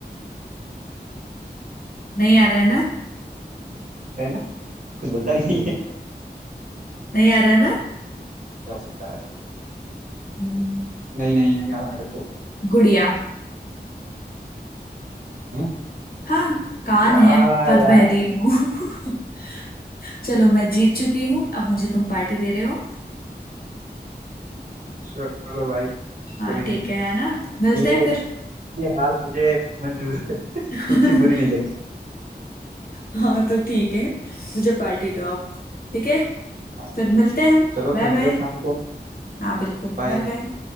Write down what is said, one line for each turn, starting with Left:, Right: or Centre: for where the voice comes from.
Left: नहीं आ रहा है ना
Right: है ना कुछ बोलता भी नहीं है
Left: नहीं आ रहा है ना
Right: क्या हो सकता है
Left: हम्म,
Right: नहीं नहीं नहीं आ रहा मेरे को
Left: गुड़िया
Right: हैं?
Left: हाँ कान
Right: क्या
Left: है पर
Right: यार
Left: बहरी हूँ <laughs> चलो मैं जीत चुकी हूँ अब मुझे तुम पार्टी दे रहे हो
Right: चलो भाई
Left: हाँ
Right: कोई नहीं
Left: ठीक है है ना मिलते
Right: ये
Left: हैं फिर
Right: ये हाल मुझे मंजूर है <laughs>
Left: <laughs>
Right: इतनी बुरी नहीं लगी
Left: हाँ तो ठीक है मुझे पार्टी दो अब ठीक है
Right: हाँ,
Left: फिर मिलते हैं हम
Right: चलो
Left: Bye
Right: फिर मिलो
Left: bye
Right: शाम को
Left: हाँ बिल्कुल
Right: बाय
Left: बाय बाय